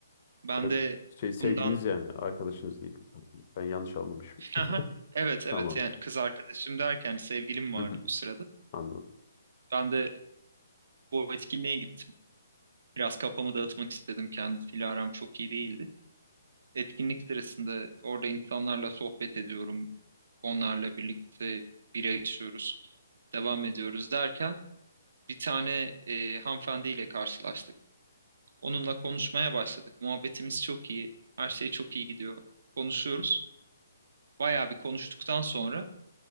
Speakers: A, on the right; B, on the left.
A: Ben
B: Evet,
A: de
B: Şey sevgiliniz
A: bundan
B: yani arkadaşınız değil. Ben yanlış anlamışım.
A: <laughs> Aha, evet evet
B: Tamam.
A: yani kız arkadaşım derken sevgilim vardı
B: <laughs>
A: o sırada.
B: Anladım.
A: Ben de bu etkinliğe gittim. Biraz kafamı dağıtmak istedim. Kendisiyle aram çok iyi değildi. Etkinlik sırasında orada insanlarla sohbet ediyorum. Onlarla birlikte bira içiyoruz. Devam ediyoruz derken bir tane e, hanımefendiyle karşılaştık. Onunla konuşmaya başladık. Muhabbetimiz çok iyi. Her şey çok iyi gidiyor. Konuşuyoruz. Bayağı bir konuştuktan sonra